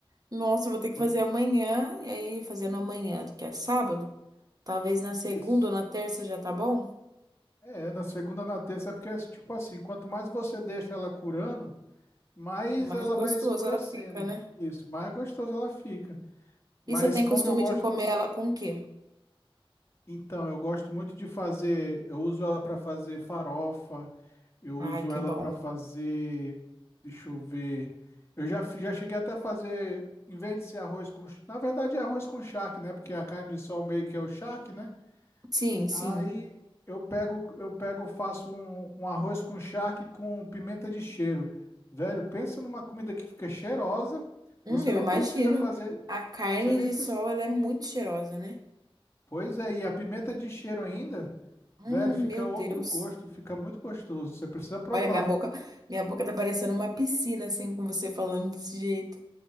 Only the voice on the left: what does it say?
Oi?
Isso.
É, na segunda, na terça, é porque, tipo assim, quanto mais você deixa ela curando, mais
ela
vai escurecendo.
Isso, mais gostosa ela fica. Mas
como
eu gosto.
Então, eu gosto muito de fazer, eu uso ela para fazer farofa, eu
uso
ela
para fazer, deixa eu ver. Eu já fi- já cheguei até a fazer, em vez de ser arroz com, ch- na verdade é arroz com charque, né? Porque a carne de sol meio que é o charque, né?
Aí eu pego, eu pego, faço um, um arroz com charque com pimenta de cheiro. Velho, pensa numa comida que fica cheirosa.
Você
não
precisa fazer,
você nem
pre-
Pois é, e a pimenta de cheiro ainda,
velho, fica
outro
gosto, fica muito gostoso. Você precisa provar.